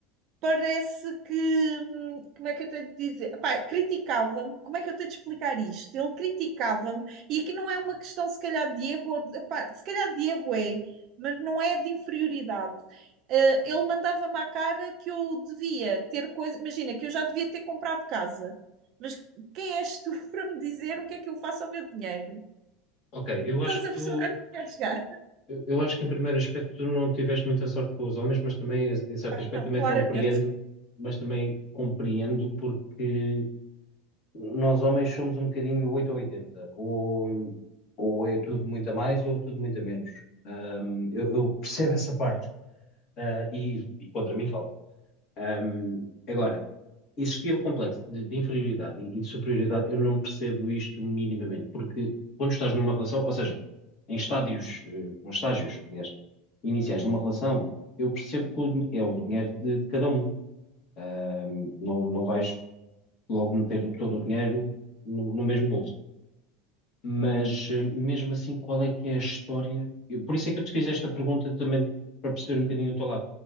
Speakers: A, on the right; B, on the left.
A: parece que, hum, como é que eu tenho de dizer? Epá, criticava-me, como é que eu tenho de explicar isto? Ele criticava-me e que não é uma questão, se calhar, de ego, ou de- epá, se calhar de ego é, mas não é de inferioridade. Eh, ele mandava-me à cara que eu devia ter coisa, imagina, que eu já devia ter comprado casa. Mas quem és tu <laughs> para me dizer o que é que eu faço ao meu dinheiro?
B: Ok, eu
A: Estás
B: acho que
A: a
B: tu,
A: perceber onde é que eu quero chegar?
B: eu, eu acho que em primeiro aspecto tu não tiveste muita sorte com os homens, mas também, em certo
A: Pá,
B: aspecto,
A: não,
B: também
A: claramente.
B: compreendo, mas também compreendo porque nós homens somos um bocadinho 8 ou 80 ou, ou é tudo muito a mais ou tudo muito a menos. Um, eu, eu percebo essa parte, uh, e, e contra mim falo. Um, agora, existir o complexo de, de inferioridade e, e de superioridade, eu não percebo isto minimamente, porque quando estás numa relação, ou seja, em estádios, eh, nos estágios, aliás, iniciais de uma relação, eu percebo que o din- é o dinheiro de, de cada um. Ahm, não, não vais logo meter todo o dinheiro no, no mesmo bolso. Mas eh, mesmo assim, qual é que é a história? Eu- por isso é que eu te fiz esta pergunta também para perceber um bocadinho o teu lado.